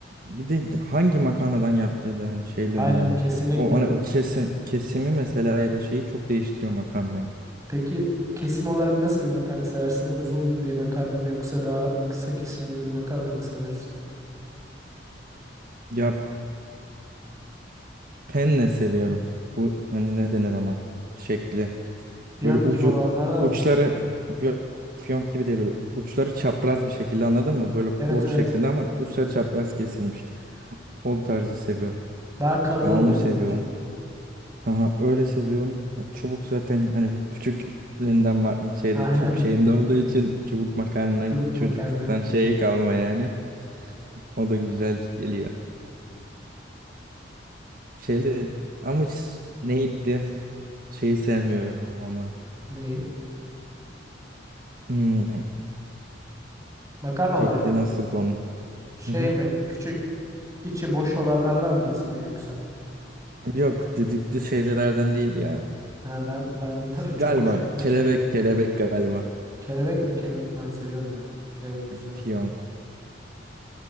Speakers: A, on the right; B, on the right.
A: bir de hangi makarnadan yaptığı da hani şeyle
B: Aynen
A: önemli.
B: kesinlikle.
A: O, hani o kesim, kesimi mesela ya da şeyi çok değiştiriyor makarnayı.
B: Peki kesim olarak nasıl bir makarna seversin? Uzun bir makarna mı yoksa daha kısa kesimli bir makarna mı seversin?
A: Ya penne seviyorum. Bu hani ne denir ona? Şekli.
B: Piyonk
A: Böyle ucu
B: gibi olanlardan
A: uçları
B: mı bahsediyorsun?
A: fiyonk fiyonk gibi değil böyle uçları çapraz bir şekilde anladın mı? Böyle
B: Evet
A: boru
B: evet.
A: şeklinde ama uçları çapraz kesilmiş. O tarzı seviyorum.
B: Daha kalın
A: Ya
B: oluyor
A: onu seviyorum.
B: onlar.
A: Aha, öyle seviyorum. Ya, çubuk zaten hani bir küçüklüğünden ma- şeyde
B: <laughs> Aynen.
A: Türk şeyinde olduğu için çubuk makarna
B: Çubuk
A: çocukluktan
B: makarna.
A: şeye kalma yani. O da güzel geliyor. Şeyde ama ş- neydi? Şeyi sevmiyorum ama.
B: Neyi?
A: Hmm,
B: Makarna
A: şekli
B: olarak mı?
A: nasıldı onun?
B: Şey
A: Hı hı.
B: mi? Küçük içi boş olanlardan mı bahsediyorsun yoksa?
A: Yok düdüklü şeylerden değil ya.
B: Ha, ben ben onları
A: Galiba
B: <laughs> çok hoş gitmedi.
A: kelebek kelebek galiba.
B: Kelebek mi? Kelebek ben seviyorum ya. Kelebek güzel oluyor.
A: Fiyonk.